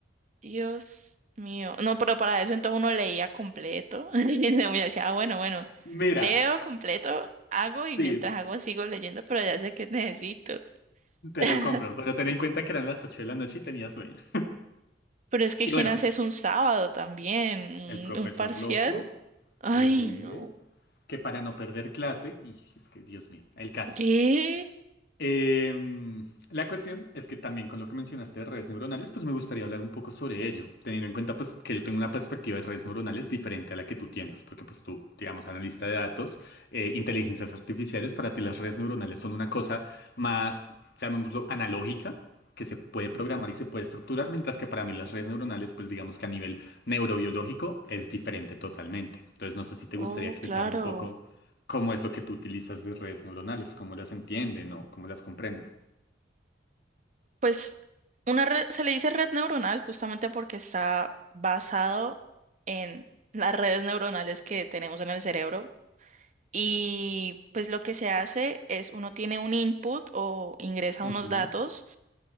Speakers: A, on the right; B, on the left.
A: Dios mío. No, pero para eso entonces uno leía completo. <laughs> Y luego uno decía, ah, bueno, bueno,
B: Mira,
A: leo completo, hago
B: sí,
A: y mientras hago sigo leyendo, pero ya sé que necesito.
B: te
A: <laughs>
B: lo compro, pero ten en cuenta que eran las 8 de la noche y tenía sueños.
A: Pero es que
B: Y
A: ¿quién
B: bueno,
A: hace eso un sábado también? ¿Un,
B: el profesor
A: un parcial?
B: loco,
A: Ay,
B: horrible.
A: no.
B: que para no perder clase, y es que, Dios mío, el caso.
A: ¿Qué?
B: Em, la cuestión es que también con lo que mencionaste de redes neuronales, pues me gustaría hablar un poco sobre ello, teniendo en cuenta pues que yo tengo una perspectiva de redes neuronales diferente a la que tú tienes, porque pues tú, digamos, analista de datos, eh, inteligencias artificiales, para ti las redes neuronales son una cosa más, llamémoslo, analógica, que se puede programar y se puede estructurar, mientras que para mí las redes neuronales, pues digamos que a nivel neurobiológico es diferente totalmente. Entonces no sé si te
A: Oh,
B: gustaría explicarme
A: claro.
B: un poco cómo es lo que tú utilizas de redes neuronales, cómo las entienden o cómo las comprenden.
A: Pues una red, se le dice red neuronal justamente porque está basado en las redes neuronales que tenemos en el cerebro Y pues lo que se hace es uno tiene un input o ingresa
B: Ujú.
A: unos datos